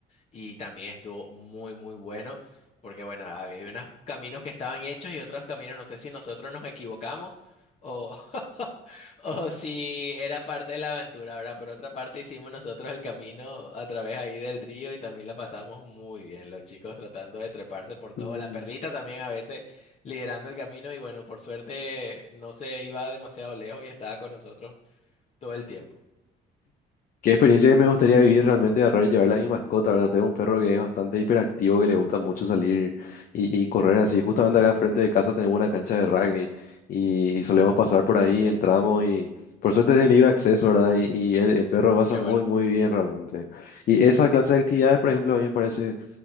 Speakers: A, on the left (about 40°); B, on the left (about 55°).
A: y también estuvo muy, muy bueno, porque bueno, había unos caminos que estaban hechos y otros caminos, no sé si nosotros nos equivocamos o, <laughs> o si era parte de la aventura, ¿verdad? Por otra parte hicimos nosotros el camino a través ahí del río y también la pasamos muy bien, los chicos tratando de treparse por todo,
B: Mm.
A: la perrita también a veces liderando el camino y bueno, por suerte no se iba demasiado lejos y estaba con nosotros todo el tiempo.
B: ¿Qué experiencia me gustaría vivir realmente de agarrar y llevarla a mi mascota? ¿Verdad? Tengo un perro que es bastante hiperactivo, que le gusta mucho salir y, y correr así. Justamente acá enfrente de casa tenemos una cancha de rugby y, y solemos pasar por ahí, entramos y por suerte es de libre acceso, ¿verdad? Y, y el, el perro pasa
A: Qué
B: muy,
A: bueno.
B: muy bien realmente. Y esa clase de actividades, por ejemplo, a mí me parece